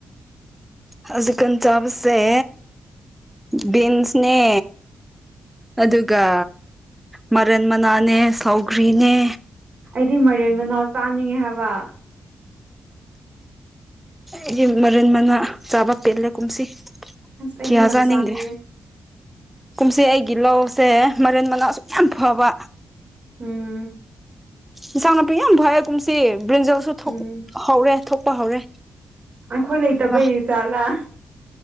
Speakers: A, in the centre; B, on the right (about 45°).
A: ꯍꯧꯖꯤꯛꯀꯥꯟ ꯆꯥꯕꯁꯦ ꯕꯤꯟꯁꯅꯦ ꯑꯗꯨꯒ ꯃꯔꯟ ꯃꯅꯥꯅꯦ ꯁꯧꯒ꯭ꯔꯤꯅꯦ
B: ꯑꯩꯗꯤ ꯃꯥꯏꯔꯦꯟ ꯃꯅꯥ ꯆꯥꯅꯤꯡꯉꯦ ꯍꯥꯏꯕ
A: ꯑꯩ ꯃꯔꯤꯟ ꯃꯅꯥ ꯆꯥꯕ ꯄꯦꯜꯂꯦ ꯀꯨꯝꯁꯤ
B: ꯑꯁ ꯑꯩꯗꯤ
A: ꯀꯤꯌꯥ
B: ꯌꯥꯝ
A: ꯆꯥꯅꯤꯡꯗꯦ
B: ꯆꯥꯅꯤꯡꯉꯦ
A: ꯀꯨꯝꯁꯤ ꯑꯩꯒꯤ ꯂꯧꯁꯦ ꯃꯔꯦꯟ ꯃꯅꯥꯁꯨ ꯌꯥꯝ ꯐꯕ
B: ꯎꯝ
A: ꯏꯟꯁꯥꯡ ꯅꯥꯄꯤ ꯌꯥꯝ ꯐꯌꯦ ꯀꯨꯝꯁꯤ ꯕ꯭ꯔꯤꯟꯖꯜꯁꯨ
B: ꯎꯝ
A: ꯍꯧꯔꯦ ꯊꯣꯛꯄ ꯍꯧꯔꯦ
B: ꯑꯩꯈꯣꯏ ꯂꯩꯇꯕꯩ
A: ꯑ
B: ꯖꯥꯠꯂꯥ